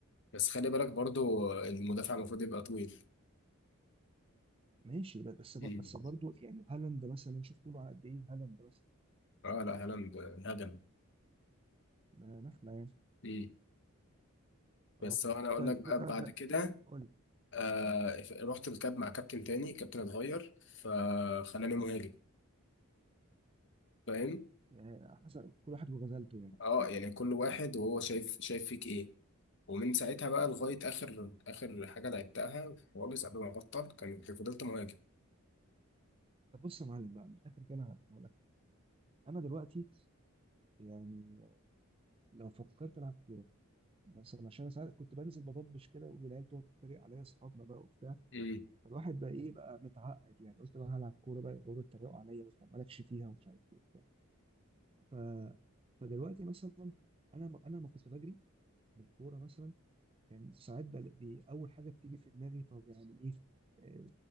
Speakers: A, on the left; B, on the right.
A: بس خلي بالك برضو آه، المدافع المفروض يبقى طويل
B: ماشي ب- بس ب-
A: امم
B: بس برضه يعني هالاند مثلا شوف طوله قد ايه هالاند مثلا
A: اه لا هالاند آه، هجم
B: ده نخله يعني
A: امم
B: اه
A: بس هو انا اقول
B: طيب
A: لك بقى
B: ب- انا
A: بعد كده
B: قول لي
A: آه رحت الكاب مع كابتن تاني كابتن اتغير فخلاني مهاجم فاهم
B: يعني حسب كل واحد وغزلته
A: اه يعني كل واحد وهو شايف شايف فيك ايه ومن ساعتها بقى لغاية
B: يعني
A: آخر آخر حاجة لعبتها خالص قبل ما أبطل كانت فضلت مهاجم
B: طب بص يا معلم بقى من الاخر كده انا هقول لك انا دلوقتي يعني لو فكرت العب كوره مثلا عشان انا ساعات كنت بنزل بضبش كده والعيال تقعد تتريق عليا اصحابنا بقى وبتاع
A: امم
B: فالواحد بقى ايه بقى متعقد يعني قلت بقى هلعب كوره بقى يقعدوا يتريقوا عليا وطب مالكش فيها ومش عارف ايه وبتاع ف فدلوقتي مثلا انا انا ما كنت بجري بالكوره مثلا يعني ساعات بقى بي- اول حاجه بتيجي في دماغي طب يعني ايه آه،